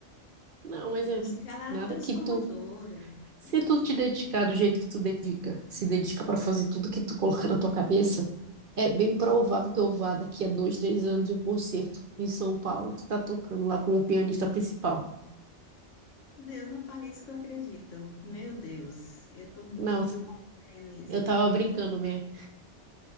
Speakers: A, on the right; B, on the left.
A: Não, mas
B: A música,
A: é
B: ela
A: nada
B: é transformadora.
A: que tu Se
B: Nossa,
A: tu te dedicar do jeito que tu dedica, se dedica para fazer tudo que tu coloca na tua cabeça, é bem provável que eu vá daqui a dois, três anos em um concerto em São Paulo e tu tá tocando lá como pianista principal.
B: Deus, não fale isso que eu acredito. Meu Deus, eu tô muito
A: Não,
B: querendo isso.
A: eu tava brincando mesmo.